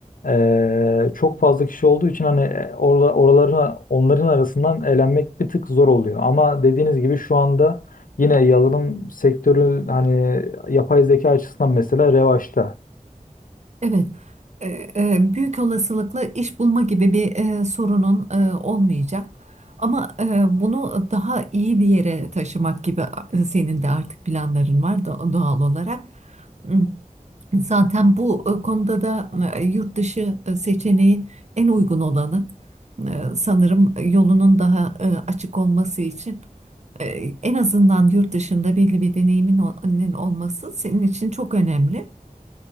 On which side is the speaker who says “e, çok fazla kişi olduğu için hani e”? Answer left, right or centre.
Left